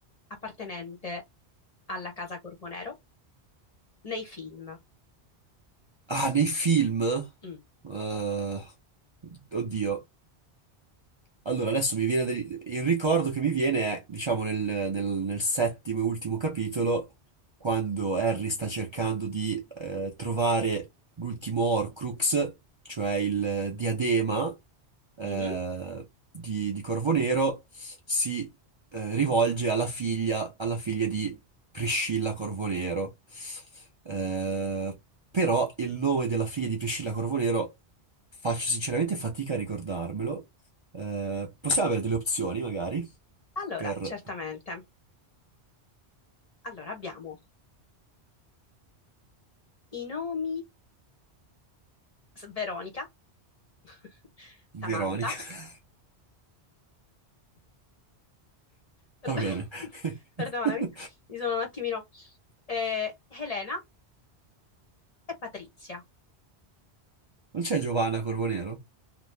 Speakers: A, on the left (about 45°); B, on the right (about 40°).
A: appartenente alla casa Corvonero nei film?
B: Ah, nei film? Eh,
A: Mm.
B: oddio. Allora, adesso mi viene del- il ricordo che mi viene è, diciamo, nel, nel- nel settimo e ultimo capitolo, quando Harry sta cercando di eh, trovare l'ultimo Horcrux, cioè il diadema eh,
A: Mhm.
B: di, di Corvo Nero, si eh, rivolge alla figlia, alla figlia di Priscilla Corvo Nero. Eh, però il nome della figlia di Priscilla Corvo Nero faccio sinceramente fatica a ricordarmelo. Eh, possiamo avere delle opzioni, magari,
A: Allora,
B: per
A: certamente. Allora, abbiamo i nomi S- Veronica, <laughs> Samantha,
B: Veronica. <laughs>
A: perdo-
B: Va bene.
A: <laughs>
B: <laughs>
A: perdonami, mi sono un attimino, eh, Elena e Patrizia.
B: Non c'è Giovanna Corbonero?